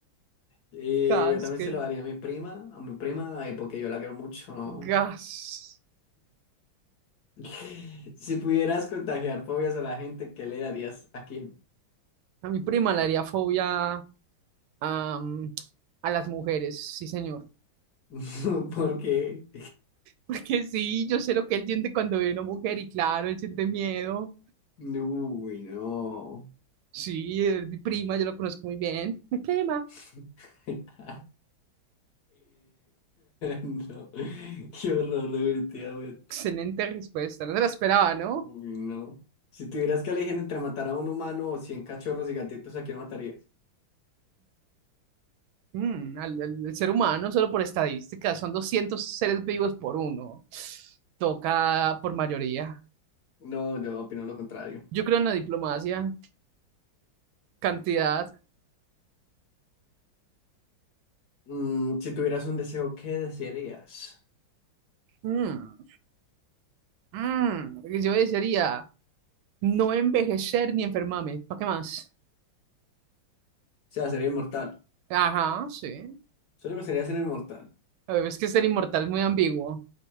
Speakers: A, on the left; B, on the right.
A: Eh,
B: Gas,
A: yo también
B: que
A: se lo daría a mi prima, a mi prima, eh, porque yo la quiero mucho, ¿no?
B: gas.
A: <laughs> Si pudieras contagiar fobias a la gente, ¿qué le darías a quién?
B: A mi prima le haría fobia am, a las mujeres, sí, señor.
A: <laughs> Porque,
B: Porque sí, yo sé lo que él siente cuando ve una mujer y claro, él siente miedo.
A: uy, no.
B: Sí, es mi prima, yo la conozco muy bien. Mi prima.
A: <laughs> No, qué horror, definitivamente.
B: Excelente respuesta, no se la esperaba, ¿no?
A: Uy, no. Si tuvieras que elegir entre matar a un humano o 100 cachorros y gatitos, ¿a quién matarías?
B: Mm, al, al- el ser humano, solo por estadísticas, son 200 seres vivos por uno. Toca por mayoría.
A: No, yo opino lo contrario.
B: Yo creo en la diplomacia, cantidad.
A: Mm, si tuvieras un deseo, ¿qué desearías?
B: Mm, mm, yo desearía no envejecer ni enfermarme. ¿Para qué más?
A: O sea, sería inmortal.
B: Ajá, sí.
A: Solo me gustaría ser inmortal.
B: A ver, es que ser inmortal es muy ambiguo.